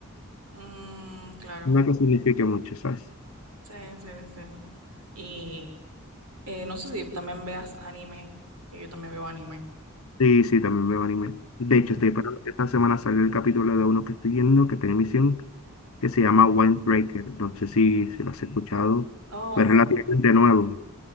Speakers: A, on the right; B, on the left.
A: mm, claro.
B: no es que signifique mucho, ¿sabes?
A: Sí, sí, sí. Y eh, no sé si también veas anime, que yo también veo anime.
B: Sí, sí, también veo anime. De
A: Mm.
B: hecho, estoy esperando que esta semana salga el capítulo de uno que estoy viendo, que tiene emisión, que se llama Windbreaker. No sé si, si lo has escuchado,
A: Oh,
B: pero es relativamente nuevo.